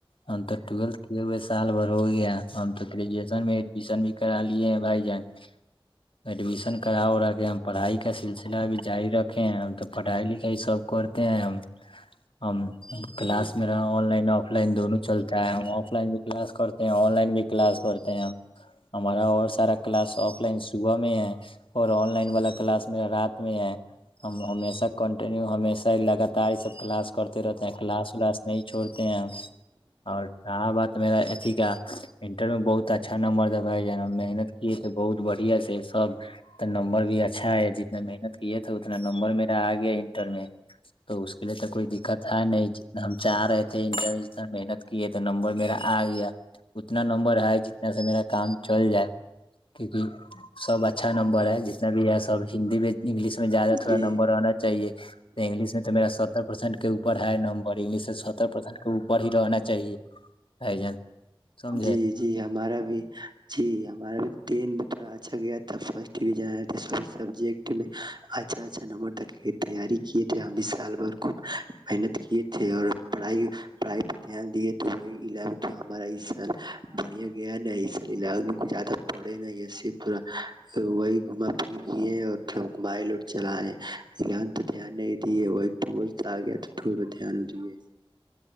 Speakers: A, on the left; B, on the right.
A: ہم تو ٹولھ کیے ہوئے سال بھر ہوگیا ہم تو گریجویشن میں ایڈمیشن بھی کرا لیے ہیں بھائی جان ایڈمیشن کرا را کے ہم پڑھائی کا سلسلہ بھی جاری رکھ تو پڑھائی لکھائی سب کرتے ہیں ہم ہم کلاس میرا آن لائن آف لائن دونوں چلتا ہے ہم آف لائن بھی کلاس کرتے ہیں آن لائن بھی کلاس کرتے ہیں ہمارا اور سارا کلاس آف لائن صبح میں ہے اور آن لائن والا کلاس میرا رات میں ہے ہم ہمیشہ کنٹینیو ہمیشہ لگاتار یہ سب کلاس کرتے رہتے ہیں کلاس ولاس نہیں چھوڑتے ہیں اور رہا بات میرا اھی کیا انٹر میں بہت اچھا نمبر جا محنت کیے تھے بہت بڑھیا سے سب نمبر بھی اچھا ہے جتنے محنت کیے تھ تھا اتنا نمبر میرا آ گیا انٹر میں تو اس کے لیے تو کوئی دقت ہے نہیں جتنا ہم چاہ رہے تھے انٹر میں جتنا محنت کیے تو نمبر میرا آ گیا اتنا نمبر ہے جتنا سے میرا کام چل جائے کیوںکہ سب اچھا نمبر ہے جتنا بھی سب ہندی میں انگلش میں پھا
B: جی
A: نمبر آنا چاہیے انگلش میں تو میرا ستر پرسینٹ کے اوپر ہے اورگش ستر پردان کو پڑ ہی رہنا چاہیے بھائی جان سمجھے
B: جی جی ہمارا بھی جی ہمارا بھی ٹین میں تھوڑا اچھا گیا تھا فرسٹ ڈویژن آیا تھاے سب سبجیکٹ میں اچھا اچھا نمبر تک کے تیاری کیے تھے ہم بھی سال بھر خوب محنت کیے تھے اور پڑھائی پڑھائی پہ دھیان دیے تو وہی الیونت ہمارا اس سال بڑھیا گیا نا اس سال الیونتھ میں کھ زیادہ پڑے نہیںے پورا وہی گھما پری کیے اور پ گھائے لوٹ چلائے الیونھ تو دھیان نہیں دیے وہ ٹل آ گیا تھوڑے بتھی آل ہوجے